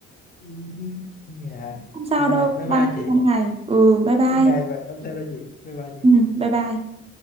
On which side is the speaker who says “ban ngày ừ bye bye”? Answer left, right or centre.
Right